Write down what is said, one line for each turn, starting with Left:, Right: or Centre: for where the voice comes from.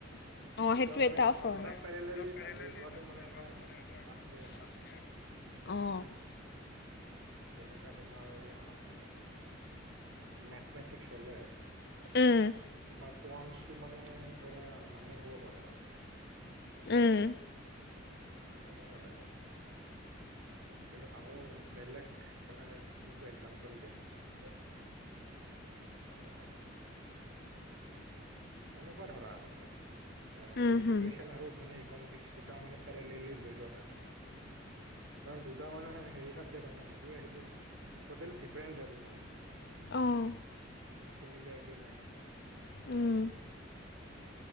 Left: অহ সেইটোৱে
Right: দুটাৰ মানে
Left: টাফ হয়।
Right: দুটা পেৰেলেলি
Left: মানে দুটা
Right: লৈ
Left: পেৰেলিলী
Right: যোৱাটো
Left: টাফ
Right: মানে এটা
Left: হৈ যোৱাটো
Right: টাস্কে
Left: মানে
Right: আৰু।
Left: এটা <inaudible> আৰু। অঁ।
Right: যেনেকা তোমাৰ আউমহ মেথমেটিক্স হলে
Left: উম
Right: তোমাৰ কোৱান্তচটো মানে ধৰা মাইনৰ হ'ব পাৰে মানে।
Left: উম।
Right: তেনেকুৱা টাইপৰ। কিন্তু আকৌ বেলেগ কেনেকে কোনটো এক্জাম্পল দিম অঁ অঁ অঁ অঁ। তেনেকুৱা ধৰা আৰু মানে
Left: উম
Right: এ এডুকেশচন
Left: হুম
Right: আৰু মানে ইকনমিক্স দুটা মানে পেৰেলেলি লৈ যোৱা তাইপ মানে। কাৰণ দুটা মানে হেৰি চাবজেক্ট হয় ন ইটোয়ে সিটোৰ টোটেল ডিফাৰেন্ট এইটো মানে,
Left: অঁ
Right: কোনো চিমিলাৰটি নাই।
Left: উম